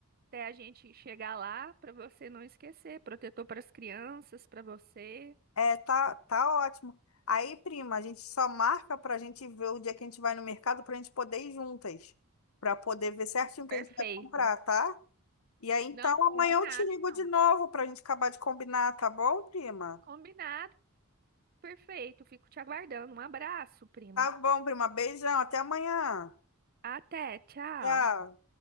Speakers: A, on the right; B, on the left.
A: até a gente chegar lá para você não esquecer. Protetor para as crianças, para você.
B: É, tá, tá ótimo. Aí, prima, a gente só marca para a gente ver o dia que a gente vai no mercado para a gente poder ir juntas, para poder ver certinho o
A: Perfeito.
B: que a gente vai comprar, tá? E aí, então,
A: Não, combinado
B: amanhã eu te ligo
A: então.
B: de novo para a gente acabar de combinar, tá bom, prima?
A: Combinado, perfeito. Fico te aguardando. Um abraço, prima.
B: Tá bom, prima. Beijão. Até amanhã.
A: Até, tchau.
B: Tchau.